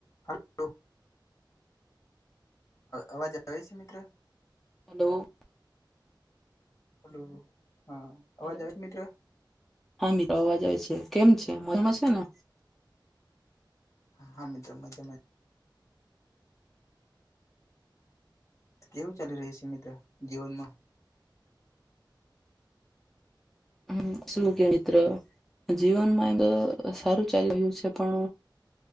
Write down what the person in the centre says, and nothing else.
હલો.
હલો
હા મીત્ર અવાજ આવે છે કેમ છે મજમાં છે ને.
હમ શું કે મિત્ર જીવનમાં એ સારું ચાલી રહ્યું છે પણ